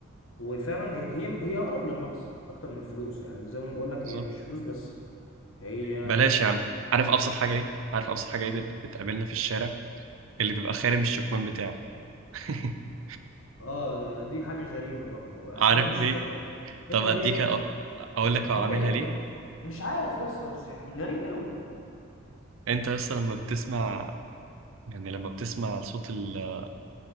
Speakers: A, on the left; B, on the right.
A: وفعلا هي هي هي اقرب للنقص اكتر من الفلوس يعني زي ما بقول لك
B: بالظبط
A: هي مش فلوس بس هي
B: بلاش يا عم عارف ابسط حاجه ايه عارف ابسط حاجه
A: هي-
B: ايه بت- بتقابلنا في الشارع اللي بيبقى خارم الشكمان بتاعه <laughs>
A: اه دي حاجه غريبه برضو انا
B: عارف
A: مش
B: ليه
A: فاهم
B: طب
A: انت
B: اديك
A: جايب
B: أ- اقول
A: يعني
B: لك هو
A: انت
B: عاملها
A: جاي
B: ليه
A: م- مش عارف يا اسطى يعني غريب قوي
B: انت بس لما بتسمع يعني لما بتسمع صوت ال-